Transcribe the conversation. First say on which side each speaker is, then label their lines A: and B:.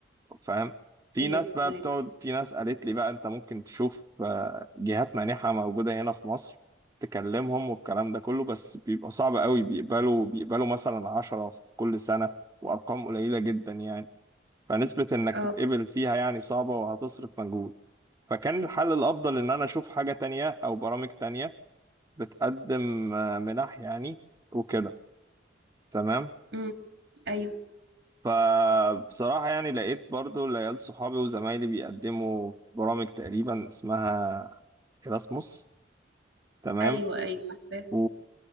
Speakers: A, on the right (about 20°); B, on the right (about 75°).
A: فاهم في
B: ايوه
A: ناس بقى
B: فهمك
A: بتقعد في ناس قالت لي بقى انت ممكن تشوف آه، جهات مانحة موجودة هنا في مصر تكلمهم والكلام ده كله بس بيبقى صعب قوي بيقبلوا بيقبلوا مثلا عشرة في كل سنة وأرقام قليلة جدا يعني فنسبة إنك
B: اه
A: تتقبل فيها يعني صعبة وهتصرف مجهود فكان الحل الأفضل إن أنا أشوف حاجة تانية أو برامج تانية بتقدم آه، منح يعني وكده تمام
B: امم ايوه
A: فبصراحة يعني لقيت برضو العيال صحابي وزمايلي بيقدموا برامج تقريبا اسمها إراسموس تمام
B: ايوه ايوه عارفاه
A: و...